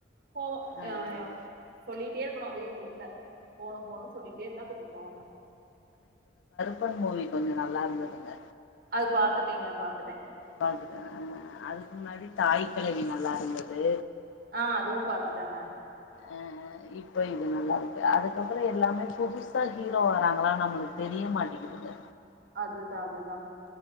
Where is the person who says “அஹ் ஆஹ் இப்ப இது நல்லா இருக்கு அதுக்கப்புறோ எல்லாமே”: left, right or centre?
Left